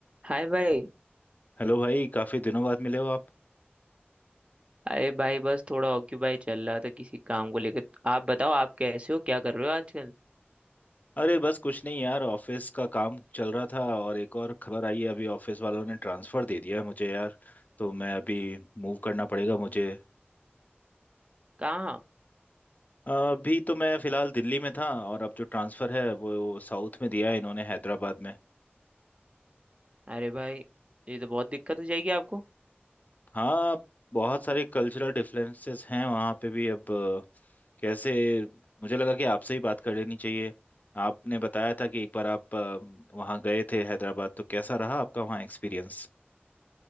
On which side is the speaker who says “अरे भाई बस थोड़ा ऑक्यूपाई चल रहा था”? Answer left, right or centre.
Right